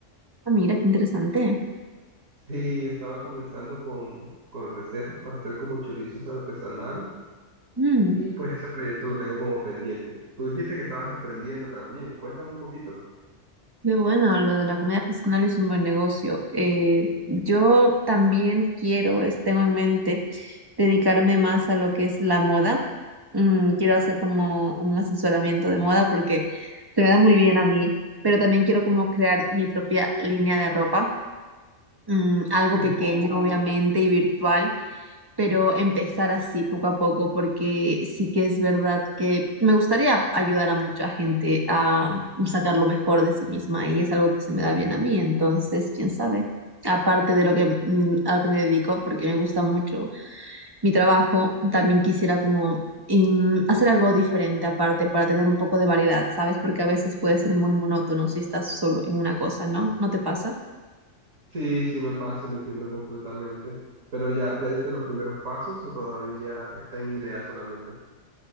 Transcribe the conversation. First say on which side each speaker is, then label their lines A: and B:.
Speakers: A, on the right (about 20°); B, on the right (about 75°).
A: Ah, mira, qué interesante.
B: Sí, estaba comenzando con, con recetas para hacer como chorizos artesanales
A: Mm.
B: y pues ese proyecto lo tengo como pendiente. Tú dijiste que estabas emprendiendo también, cuéntame un poquito.
A: Qué bueno, lo de la comida artesanal es un buen negocio. Eh, yo también quiero, es- tengo en mente, dedicarme más a lo que es la moda. Mm, quiero hacer como un asesoramiento de moda porque se me da muy bien a mí, pero también quiero como crear mi propia línea de ropa, mm, algo
B: Oh.
A: pequeño, obviamente, y virtual pero empezar así poco a poco, porque sí que es verdad que me gustaría ayudar a mucha gente a sacar lo mejor de sí misma y es algo que se me da bien a mí, entonces, quién sabe. Aparte de lo que, mm, a lo que me dedico, porque me gusta mucho mi trabajo, también quisiera como in- hacer algo diferente aparte para tener un poco de variedad, ¿sabes? Porque a veces puede ser muy monótono si estás solo en una cosa, ¿no? ¿No te pasa?
B: Sí, sí me pasa y lo entiendo completamente, pero ya, ¿ya diste los primeros pasos o todavía está en idea solamente?